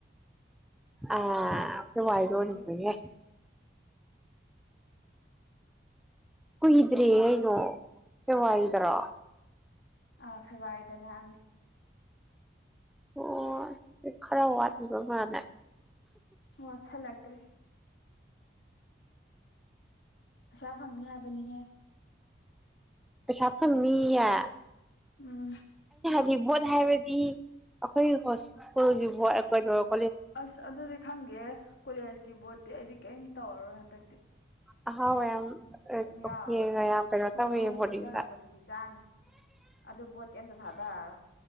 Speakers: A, in the centre; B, on the left.
A: ꯑꯥ ꯁꯋꯥꯥꯏ
B: ꯀꯨꯏꯗ꯭ꯔꯦ
A: ꯑꯣꯏꯔꯤ ꯄꯩ
B: ꯀꯨꯏꯗ꯭ꯔꯦ
A: ꯀꯨꯍꯤꯗ꯭ꯔꯤꯩꯅꯣ ꯀꯋꯥꯗ꯭ꯔꯥ
B: ꯑ ꯐꯕꯏꯗꯅꯦ ꯍꯥꯏꯅꯤ
A: ꯑꯣ ꯈꯔ ꯋꯥꯠꯕ ꯃꯥꯅꯦ
B: ꯋꯥꯠꯁꯜꯂꯛꯇ꯭ꯔꯦ ꯑꯁꯥ ꯐꯪꯅꯤ ꯍꯥꯏꯕꯅꯤꯍꯦ
A: ꯄꯩꯁꯥ ꯄꯅꯤꯌꯥ
B: ꯎꯝ
A: ꯖꯤꯕꯣꯠ ꯍꯥꯏꯔꯗꯤ ꯑꯩꯈꯣꯏ ꯍꯣꯁꯀꯜꯒꯤꯕꯣ ꯀ
B: ꯑꯁ ꯑꯗꯨꯗꯤ ꯈꯪꯒꯦ ꯀꯣꯂꯦꯖ ꯀꯤꯕꯣꯣꯔꯠꯇꯤ ꯑꯩꯗꯤ ꯀꯩꯝ ꯇꯧꯔꯔꯣꯏ ꯍꯟꯗꯛꯇꯤ
A: ꯑꯍꯥꯎꯋ ꯌꯥꯝ
B: ꯀꯩꯝ ꯌꯥꯎꯔꯔꯣꯏ
A: ꯀꯦꯒ ꯌꯥꯝ ꯀꯩꯅꯣ
B: ꯍꯣꯏ
A: ꯇꯧꯋꯦ
B: ꯃꯣꯏ
A: ꯕꯣꯔꯗꯤꯡꯗ
B: ꯄꯤꯖꯔꯛꯄꯗꯨꯗꯤ ꯆꯥꯅꯤ ꯑꯗꯨ ꯕꯣꯠꯇ ꯑꯝꯇ ꯊꯥꯗꯔꯛꯔꯣꯏ